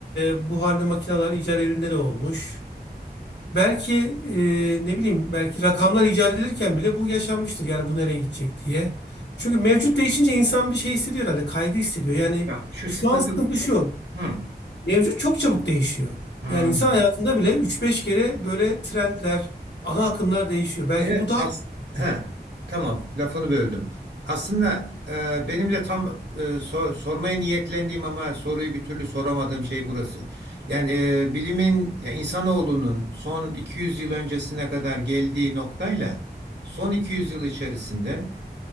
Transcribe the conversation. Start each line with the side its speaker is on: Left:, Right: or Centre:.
Left: e, buharlı makineler icat elinde de olmuş. Belki e, ne bileyim belki rakamlar icat edilirken bile bu yaşanmıştır. Yani bu nereye gidecek diye. Çünkü mevcut değişince insan bir şey hissediyor herhalde. Kaygı hissediyor. Yani
Right: Ya şu
Left: şu
Right: statik
Left: an sıkıntı şu.
Right: Hı.
Left: Mevcut çok çabuk değişiyor.
Right: Hmm,
Left: Yani insan hayatında bile üç beş kere böyle trendler, ana akımlar değişiyor. Belki
Right: Evet
Left: bu daha
Right: as
Left: korkutucu.
Right: Heh, tamam lafını böldüm. Aslında e, benim de tam e, so- sormaya niyetlendiğim ama soruyu bir türlü soramadığım şey burası. Yani e, bilimin ya insanoğlunun son 200 yıl öncesine kadar geldiği noktayla son 200 yıl içerisinde